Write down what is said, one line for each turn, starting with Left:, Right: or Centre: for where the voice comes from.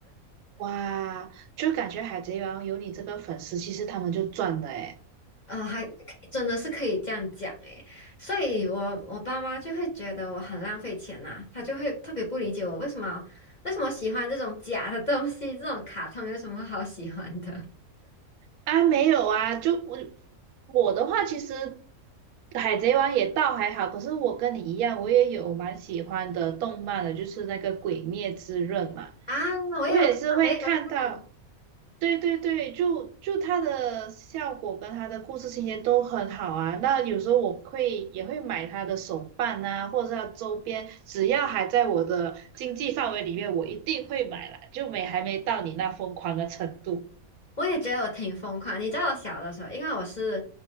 Right: 哇，就感觉《海贼王》有你这个粉丝，其实他们就赚了诶。
Left: 呃，还真的是可以这样讲诶，所以我我爸妈就会觉得我很浪费钱呐、他就会特别不理解我为什么为什么喜欢这种假的东西，这种卡通有什么好喜欢的
Right: 啊，没有啊，就我我的话，其实《海贼王》也倒还好，可是我跟你一样，我也有蛮喜欢的动漫的，就是那个《鬼灭之刃》嘛，
Left: <laughs> 啊？我也有看，
Right: 我也是会看到，
Left: 我也有看，
Right: 对对对，就就它的效果跟它的故事情节都很好啊。那有时候我会也会买它的手办啊，或者是它周边，只要还在我的经济范围里面，我一定会买啦，就没还没到你那疯狂的程度，
Left: 我也觉得我挺疯狂。你知道我小的时候，因为我是